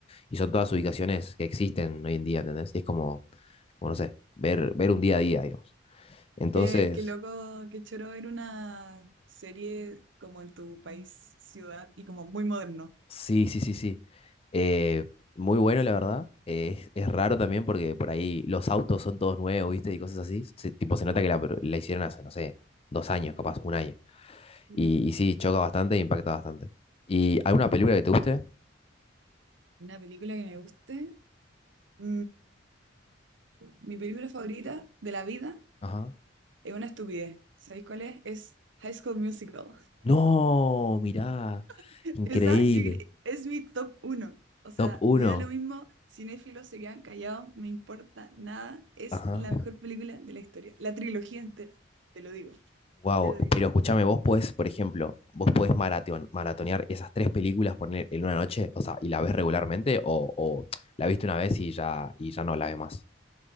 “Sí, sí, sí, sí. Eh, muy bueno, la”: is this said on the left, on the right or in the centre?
Left